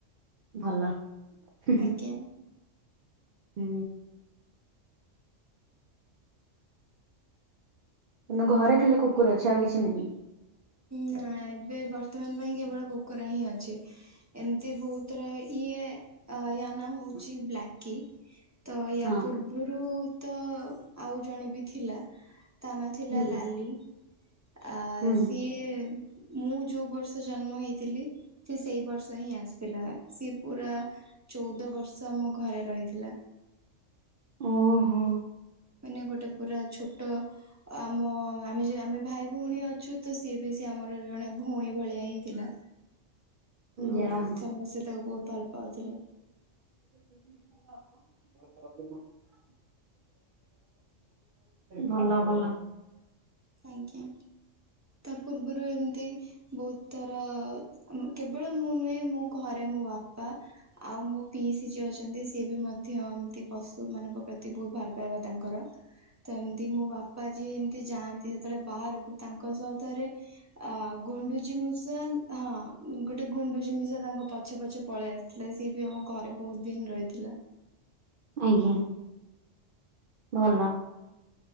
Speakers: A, on the right; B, on the right.
A: ଭଲ ହୁଁ ହୁଁ।
B: ଆଜ୍ଞା।
A: ହୁଁ। କିନ୍ତୁ ଘରେ ଖାଲି କୁକୁର ଅଛି ଆଉ କିଛି ନାହିଁ?
B: ନା ଏବେ ବର୍ତ୍ତମାନ ପାଇଁ କେବଳ କୁକୁର ହିଁ ଅଛି। ଏମିତି ବହୁତର ଇଏ ୟା ନା ହଉଛି ବ୍ଲାକ୍ କି ତ ୟା
A: ହଁ
B: ପୂର୍ବରୁ ତ ଆଉ ଜଣେ ବି ଥିଲା। ତା ନାଁ ଥିଲା
A: ହୁଁ
B: ଲାଲି ଆ
A: ହୁଁ
B: ସିଏ ମୁଁ ଯୋଉ ବର୍ଷ ଜନ୍ମ ହେଇଥିଲି ସେ ସେଇ ବର୍ଷ ହିଁ ଆସ ଥିଲା ସିଏ ପୁରା ଚଉଦ ବର୍ଷ ଆମ ଘରେ ରହିଥିଲା।
A: ଓହୋ।
B: ମାନେ ଗୋଟେ ପୁରା ଛୋଟ ଆମ ଆମେ ଯଉ ଆମେ ଭାଇ ଭଉଣୀ ଅଛୁ ତ ସିଏ ବି ସି ଆମର ଜଣେ ଭଉଣୀ ଭଳିଆ ହିଁ ଥିଲା ବହୁତ
A: ଯାହା ହଉ।
B: ସମସ୍ତେ ତାକୁ ବହୁତ ଭଲ ପାଉଥିଲେ।
A: <inaudible> ଭଲ ଭଲ।
B: ଆଜ୍ଞା ତା ପୂର୍ବରୁ ଏମିତି ବହୁତ ତର କେବଳ ମୁଁ ନୁହେଁ ମୋ ଘରେ ମୋ ବାପା ଆଉ ମୁଁ ପିଇସି ଯିଏ ଅଛନ୍ତି ସିଏ ବି ମଧ୍ୟ ଏମିନ୍ତି ପଶୁ ମାନଙ୍କ ପ୍ରତି ବହୁତ ଭଲ ପାଇବା ତାଙ୍କର। ତ ଏମତି ମୋ ବାପା ଯିଏ ଏମିତି ଯାଆନ୍ତି ସେତେବେଳେ ବାହାରକୁ ତାଙ୍କ ସହ ଥରେ ଆ ଗୁଣ୍ଡୁଚିମୂଷା ହଁ ଗୋଟିଏ ଗୁଣ୍ଡୁଚିମୂଷା ତାଙ୍କ ପଛେ ପଛେ ପଳେଇ ଆ ଥିଲା ସିଏ ବି ଆମ ଘରେ ବହୁତ ଦିନ ରହିଥିଲା।
A: ଆଜ୍ଞା ଭଲ।